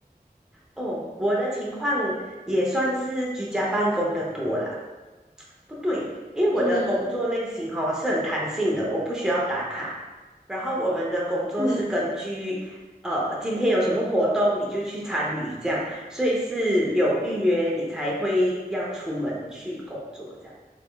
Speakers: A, in the centre; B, on the right.
A: 哦，我的情况也算是居家办公的多啦。不对，因为我的工作类型哈、
B: <laughs> 嗯
A: 是很弹性的，我不需要打卡。然后我们的工作是根据呃今天有什么活动你就去参与这样，
B: 嗯
A: 所以是有预约你才会要出门去工作这样。